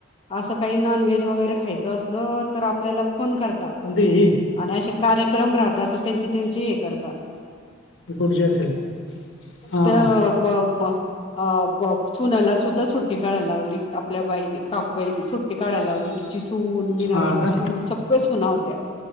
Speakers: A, on the left (about 30°); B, on the left (about 80°).
A: असं काही नॉनव्हेज वगैरे खायचं असल मग आपल्याला फोन करतात.
B: कोणती ही
A: आणि असे कार्यक्रम राहतात तर त्यांचे त्यांचे हे करतात.
B: ही पुढची असेल हां
A: त्या अबा अबा अ ब सुनला सुद्धा सुट्टी काढायला लावली. आपल्या बाईनी काकूबाईनी सुट्टी काढाय लावली. तिची सून, मीनाबाईची
B: हा का
A: सून, सगळ सुना होत्या